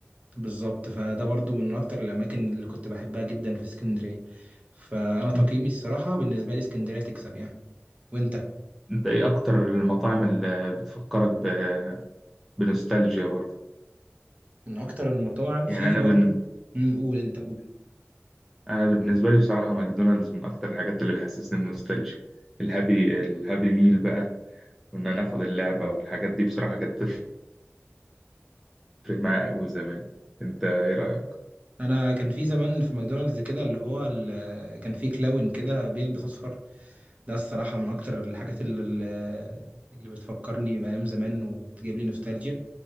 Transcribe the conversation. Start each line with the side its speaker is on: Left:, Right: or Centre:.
Right: بالظبط فده برضو من اكتر الاماكن اللي كنت بحبها جدا في اسكندرية فانا تقييمي
Centre: أنت
Right: الصراحة بالنسبة لي اسكندرية تكسب يعني وانت
Centre: أنت إيه أكتر المطاعم اللي بتفكرك ب... بنوستالجيا برضه
Right: من اكتر المطاعم
Centre: يعني
Right: في
Centre: أنا
Right: برضو
Centre: بن...
Right: مم، قول انت قول
Centre: أنا بالنسبة لي بصراحة ماكدونالدز من أكتر الحاجات اللي بيحسسني بنوستالجيا الهابي الهابي ميل بقى وإن أنا آخد اللعبة والحاجات دي بصراحة كانت تفرق معايا أوي زمان أنت إيه رأيك؟
Right: انا كان في زمان في ماكدونالدز كده اللي هو ال- كان في كلاون كده بيلبس اصفر ده الصراحه من اكتر الحاجات اللي اللي بتفكرني بايام زمان وبتجيب لي نوستالجيا